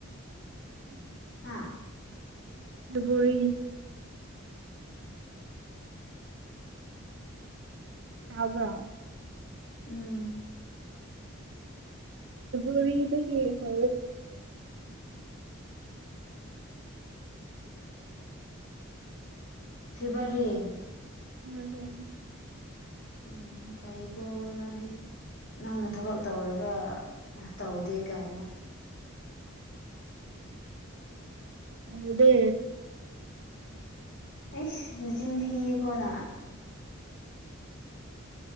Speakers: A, on the right (about 60°); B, on the left (about 55°).
A: ꯎꯝ
B: ꯍꯥꯥ
A: ꯗꯨꯕꯨꯔꯤ ꯇꯕ꯭ꯔ
B: ꯎꯝ
A: ꯕꯔꯤꯗ ꯀ ꯍ
B: ꯐꯦꯕꯔꯤ
A: ꯎꯝ ꯍꯝ
B: ꯎꯝ ꯐꯩꯒꯣꯅꯗꯤ ꯅꯪꯅ ꯊꯕꯛ ꯇꯧꯔꯒ ꯇꯧꯗꯦ ꯀꯥꯏꯅ
A: ꯑꯗꯦ
B: ꯑꯩꯁ ꯂꯆꯤꯟ ꯊꯤꯌꯦꯀꯣꯅ